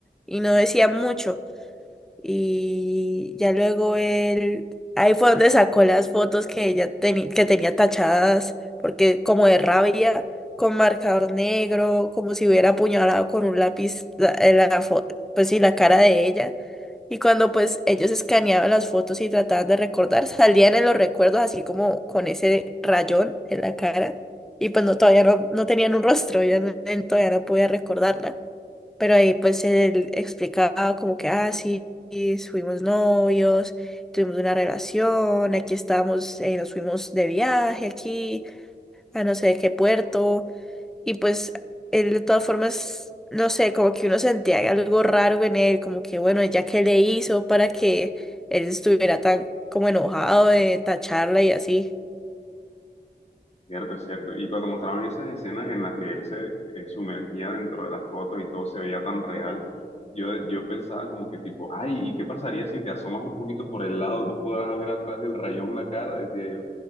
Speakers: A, in the centre; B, on the left.
A: y no decía mucho. Y ya luego él, ahí fue donde sacó las fotos que ella teni- que tenía tachadas, porque como de rabia, con marcador negro, como si hubiera apuñalado con un lápiz la, eh, la fo- pues sí, la cara de ella. Y cuando pues ellos escaneaban las fotos y trataban de recordar, salían en los recuerdos así como con ese rayón en la cara. Y pues no, todavía no, no tenían un rostro, ella no- él todavía no podía recordarla. Pero ahí pues él explicaba como que, ah, sí y fuimos novios, tuvimos una relación, aquí estábamos, eh, nos fuimos de viaje aquí, a no sé de qué puerto, y pues él de todas formas, no sé, como que uno sentía algo raro en él, como que bueno, ya que le hizo para que él estuviera tan como enojado de tacharla y así.
B: Cierto, es cierto. Y cuando mostraban esas escenas en las que él se eh, sumergía dentro de las fotos y todo se veía tan real, yo, yo pensaba como que tipo, ay, ¿y qué pasaría si te asomas un poquito por el lado? No podrás ver atrás del rayón la cara, decía yo.